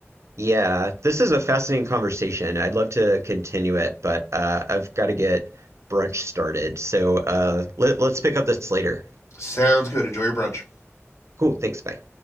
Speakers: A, on the right; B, on the left.
A: Yeah, this is a fascinating conversation. I'd love to continue it, but uh, I've got to get brunch started. So uh, let, let's pick up this later.
B: Sounds good. Enjoy your brunch.
A: Cool. Thanks. Bye.